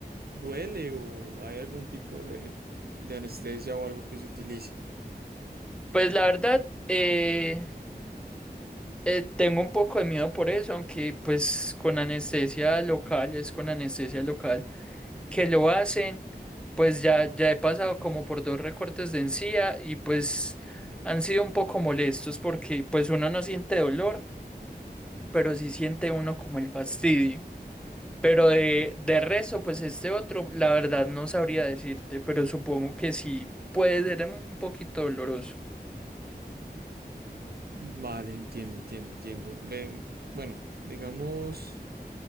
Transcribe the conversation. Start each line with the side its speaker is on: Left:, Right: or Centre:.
Right: duele o hay algún tipo de, de anestesia o algo que se utilice?
Centre: Pues la verdad, eh, eh, tengo un poco de miedo por eso, aunque pues con anestesia local, es con anestesia local que lo hacen, pues ya, ya he pasado como por dos recortes de encía y pues han sido un poco molestos porque pues uno no siente dolor, pero sí siente uno como el fastidio. Pero de, de resto, pues este otro, la verdad no sabría decirte, pero supongo que sí puede ser un poquito doloroso.
Right: Vale, entiendo, entiendo, entiendo. Ven, bueno, digamos...